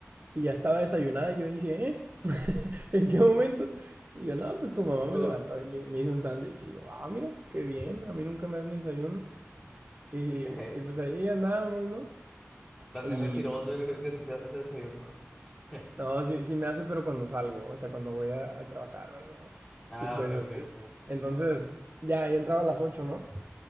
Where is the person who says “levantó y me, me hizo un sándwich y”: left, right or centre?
Right